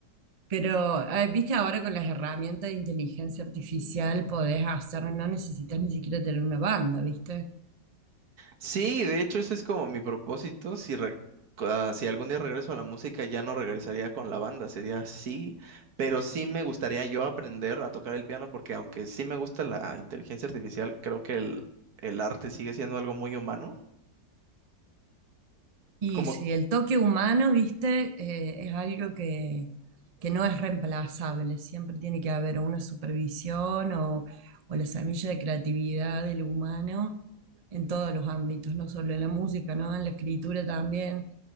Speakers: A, on the right (about 50°); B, on the right (about 65°).
A: pero ah, viste ahora con las herramientas de inteligencia artificial podés hacer, no necesitas ni siquiera tener una banda, ¿viste?
B: Sí, de hecho, ese es como mi propósito. Si, re- ah, si algún día regreso a la música, ya no regresaría con la banda, sería así. Pero sí me gustaría yo aprender a tocar el piano porque aunque sí me gusta la inteligencia artificial, creo que el, el arte sigue siendo algo muy humano.
A: Y
B: Como
A: si el toque humano, viste, eh, es algo que, que no es reemplazable, siempre tiene que haber una supervisión o, o la semilla de creatividad del humano en todos los ámbitos, no solo en la música, ¿no? En la escritura también.